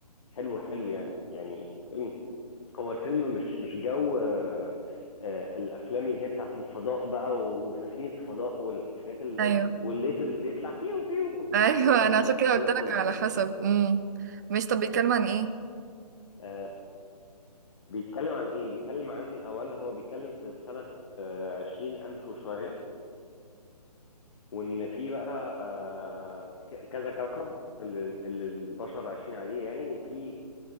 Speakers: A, on the left; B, on the right.
A: حلو حلو يعني يعني فيلم هو الفيلم مش مش جو آه، آه، الافلام اللي هي بتاعت الفضاء بقى وسفينه فضاء والحاجات ال-
B: ايوه
A: والليزر اللي بيطلع بيو بيو مش
B: ايوه
A: مش كده
B: انا عشان
A: لا مش
B: كده قلت
A: كده خالص
B: لك على حسب امم مش طب بيتكلم عن ايه
A: آه، بيتكلم عن ايه بيتكلم عن اولا هو بيتكلم في سنه آه، عشرين الف وشويه وان في بقى آه، ك- كذا كوكب اللي, اللي البشر عايشين عليه يعني وفي